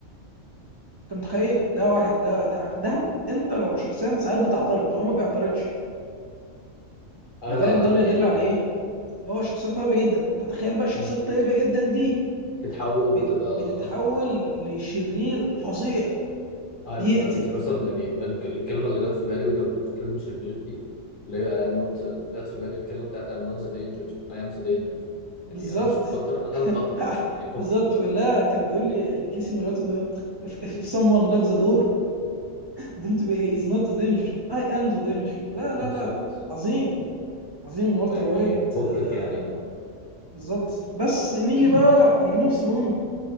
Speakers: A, on the right; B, on the left.
A: انت متخيل ده واحد ده ده ده انت لو شخصيا ساعات بتعترض هو ما بيعترضش
B: انا
A: فده
B: بقى
A: يدل يدل
B: يعني
A: على ايه ان هو شخصيه طيبه جدا فتخيل بقى الشخصيه
B: بالظبط
A: الطيبه جدا دي
B: تتحول
A: بت-
B: لتبقى
A: بتتحول لشرير فظيع
B: I'm-
A: بيقتل
B: مثلا يعني ال- الكلمة اللي جت في بالي وانت بتقول كلمة شرير دي اللي هي I'm not جت في بالي الكلمة بتاعت I'm not the danger I am the danger يعني
A: بالظبط
B: انا مش في خطر انا الخطر
A: <laughs>
B: اصلا يعني فكك
A: بالظبط
B: بقى
A: لا كان بيقول لي لكيسي مراته ده if,
B: مم.
A: if someone knocks the door don't be he is not the danger I am the danger لا
B: بالظبط
A: لا لا عظيم عظيم والتر
B: يعني
A: وايت
B: فكك
A: آه،
B: يعني اه
A: بالظبط بس نيجي
B: <clears throat>
A: بقى لجيم اوف ثرون